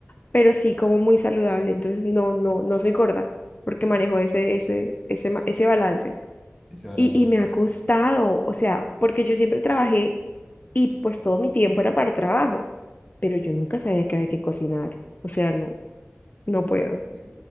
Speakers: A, on the left; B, in the centre.
A: pero sí como muy saludable. Entonces, no, no, no soy gorda, porque manejo ese,
B: ok.
A: ese, ese, ma- ese balance.
B: Ese balance,
A: Y, y me
B: sí.
A: ha costado, o sea, porque yo siempre trabajé y pues todo mi tiempo era para trabajo, pero yo nunca sabía que había que cocinar, o sea, no, no puedo.
B: Sí,